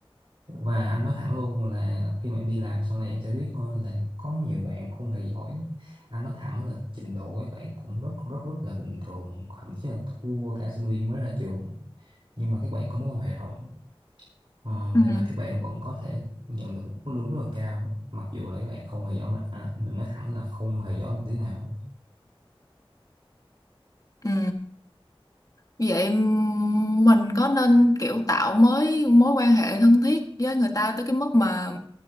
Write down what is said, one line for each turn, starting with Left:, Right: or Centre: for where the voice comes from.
Right: và anh nói thẳng luôn là khi mà em đi làm sau này em sẽ biết hơn là có nhiều bạn không hề giỏi anh nói thẳng là trình độ các bạn cũng rất rất rất là bình thường thậm chí là thua cả sinh viên mới ra trường nhưng mà các bạn có mối quan hệ rộng Ờ, nên
Left: Ừ,
Right: là các bạn vẫn có thể nhận được một mức lương rất là cao mặc dù là các bạn không hề giỏi mình à, mình nói thẳng là không hề giỏi một tí nào
Left: ừ. Vậy mình có nên kiểu tạo mới mối quan hệ thân thiết với người ta tới cái mức mà